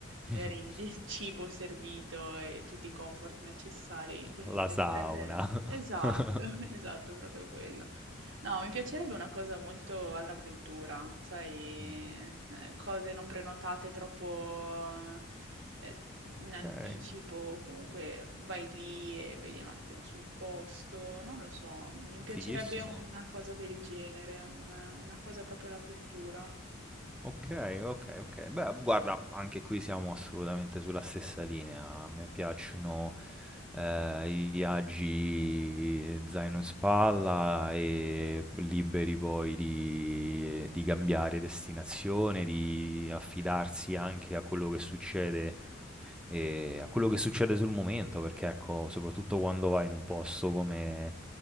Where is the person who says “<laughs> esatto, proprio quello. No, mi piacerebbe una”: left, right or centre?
Right